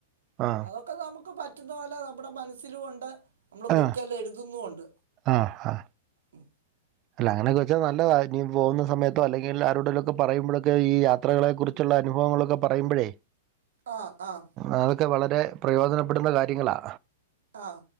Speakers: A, on the right (about 35°); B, on the right (about 65°).
A: ആ
B: അതൊക്കെ നമുക്ക് ക്ക് പറ്റുന്ന പോലെ നമ്മുടെ മനസ്സിലുണ്ട് നമ്മള്
A: ആ
B: ബുക്കെല്ലാം എഴുതുന്നുണ്ട്
A: ആ ആ
B: ഉം
A: അല്ല അങ്ങനൊക്കെച്ചാ നല്ല ഇനി പോകുന്ന സമയത്തോ അല്ലെങ്ക ആരുടെടിലൊക്കെ പറയുമ്പോഴൊക്കെ യാത്രകളെക്ക കുറിച്ചുള്ള അനുഭവങ്ങളൊക്കെ പറയുമ്പോഴേ
B: ആഹ് ആഹ
A: അതൊക്കെ വളരെ പ്രയോജനപ്പെടുന്ന കാര്യങ്ങളാ
B: ആഹ